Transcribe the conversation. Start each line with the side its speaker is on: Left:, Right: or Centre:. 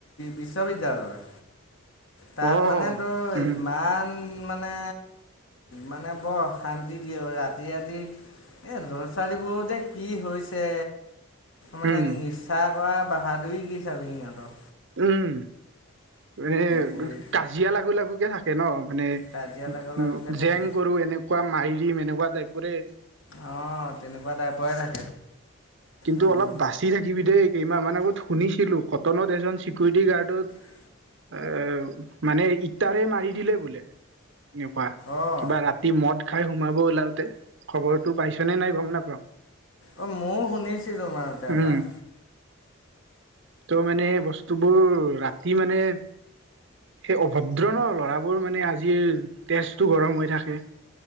Left: বিশ্ববিদ্যালয়। তাত
Right: অ
Left: মানে তো
Right: উম
Left: ইমান মানে মানে বৰ অশান্তি দিয়ে ৰাতি ৰাতি এই ছোৱালীবোৰতে কি হৈছে মানে
Right: উম
Left: নিজ কৰা বাহাদুুৰ কি চাবি ইহঁতৰ
Right: উম মানে
Left: কৰি
Right: কাজিয়া লাগু লাগুকে থাকে ন। মানে
Left: কাজিয়া লাগো
Right: উ
Left: লাগোকে থাকে
Right: জেং কৰো এনেকুৱা মাইৰিম এনেকুৱা টাইপৰে।
Left: অ তেনেকুৱা টাই পৰাে থাকে
Right: কিন্তু
Left: অঁ
Right: অলপ বাচি থাকিবি দেই কেইমাহ মান আগত শুনিছিলো কটনত এজন চিকিউৰিটি গাৰ্ডত
Left: উ
Right: এ মানে ইটাৰে মাৰি দিলে বোলে। এনেকুৱা
Left: অঁ
Right: কিবা ৰাতি মদ খাই সোমাব ওলাওতে খবৰটো পাইছনে নাই গম নাপাও
Left: অ ময়ও শুনিছিলো তো মাৰতেবাৰ
Right: উম ত' মানে বস্তুবোৰ ৰাতি মানে। সেই অভদ্ৰ ন ল'ৰাবোৰ মানে আজিৰ তেজটো গৰম হৈ থাকে।